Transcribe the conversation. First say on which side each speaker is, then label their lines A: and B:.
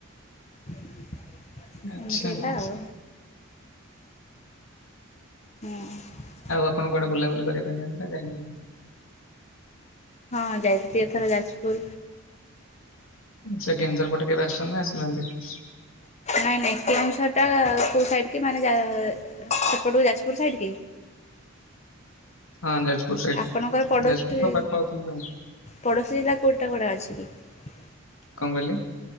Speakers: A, on the left; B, on the left.
A: ଏମିତି
B: ଆଚ୍ଛା
A: ହେଲା ଆଉ। ହଁ।
B: ଆଉ ଆପଣ କୁଆଡେ ବୁଲା ବୁଲି କରିବା ପାଇଁ ଜାନ୍ତି ନା ଜାଇ ନାଆନ୍ତି।
A: ହଁ ଯାଇଥିଲି ଏଥର ଯାଜପୁର।
B: ସେ କେନ୍ଦୁଝର ପଟେ କେବେ ଆସିଛନ୍ତି ନା ଆସିନାହାନ୍ତି।
A: ନାଇଁ ନାଇଁ କେଉୁଁଝର ଟା କୋଉ ସାଇଡ କି ମାନେ ଜା ସେପଟକୁ ଯାଜପୁର ସାଇଡ କି।
B: ହଁ ଯାଜପୁର ସାଇଟ
A: ଆପଣଙ୍କର ପଡ଼ୋଶୀ
B: ଯାଜପୁର ତ ପାଖ ଅଛି କେ
A: ପଡ଼ୋଶୀ ଜିଲ୍ଲା କେଉଁଟା ପଡା ଅଛି କି ‌।
B: କଣ କହିଲେ।